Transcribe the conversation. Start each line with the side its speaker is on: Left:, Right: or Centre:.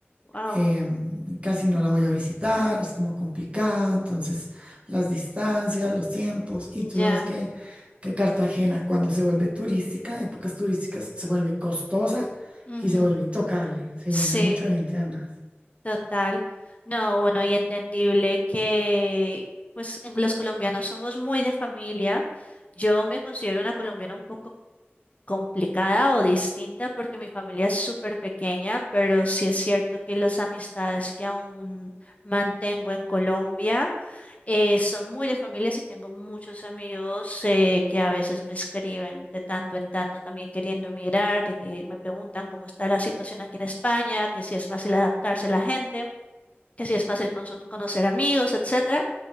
Left: Wow,
Right: eh, casi no la voy a visitar, es como complicado, entonces las distancias, los tiempos, y tú
Left: ya.
Right: sabes que, que Cartagena cuando se vuelve turística, épocas turísticas, se vuelve costosa
Left: ujú,
Right: y se vuelve intocable, se
Left: Sí.
Right: llena de mucha gente además.
Left: Total, no, bueno, y entendible que pues en- los colombianos somos muy de familia. Yo me considero una colombiana un poco complicada o distinta porque mi familia es súper pequeña, pero sí es cierto que las amistades que aún mantengo en Colombia eh, son muy de familia y tengo muchos amigos eh, que a veces me escriben de tanto en tanto también queriendo emigrar, de que me preguntan cómo está la situación aquí en España, que si es fácil adaptarse la gente que sí es fácil con- conocer amigos, etcétera,